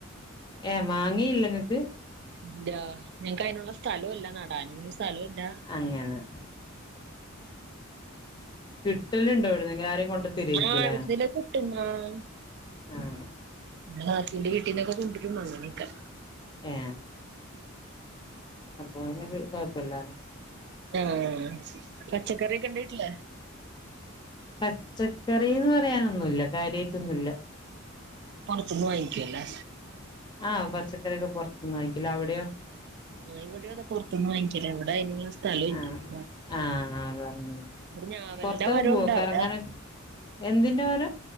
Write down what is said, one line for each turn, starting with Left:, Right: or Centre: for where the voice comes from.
Left: ഏ മാങ്ങിയില്ല നിങ്ങനക്ക്
Right: ഇ ഞങ്ങക്ക് അതിനുള്ള സ്ഥലമല്ല നടാൻ സ്ഥലമില്ല
Left: അങ്ങനെ കിട്ടല് ഉണ്ടോ അവിടുന്ന്‌ അതൊ ആരെലും കൊണ്ട് തരുവായിരിക്കുംഅല്ലെ
Right: ആഹ് എവിടുന്നേലും കിട്ടും ആഹ്
Left: ആഹ
Right: നാത്തൂന്റെ വീട്ടീന്നൊക്കെ കൊണ്ട് വരും ആ അങ്ങനെയൊക്കെ
Left: ഏഹ് അപ്പൊ അവിടെ കൊഴപ്പില്ലല്ലെ
Right: ആഹ പച്ചക്കറിയൊക്കെ ഉണ്ടോ വീട്ടിൽ
Left: പച്ചക്കറിന്ന് പറയാനൊന്നുമില്ല കാര്യമായിട്ടൊന്നുമില്ല
Right: പൊറത്ത്ന്ന് വാങ്ങിക്കുവല്ലേ
Left: ആ പച്ചക്കറിയക്കെ പുറത്തു വാങ്ങിക്കല അവിടെയോ
Right: ആ ഇവിടെ അതെ പൊറത്തുന്ന് വാങ്ങിക്കല എവിടെ അയിനുള്ള സ്ഥലം
Left: ആഹ്
Right: ഇല്ല
Left: ആഹ് ആഹ് പറഞ്ഞ്
Right: ഒരു ഞാവലിന്റെ
Left: പുറത്തൊക്കെ
Right: മരമുണ്ട്
Left: പോവോ കറങ്ങാന
Right: അവിടെ
Left: എന്തിന്റെ മര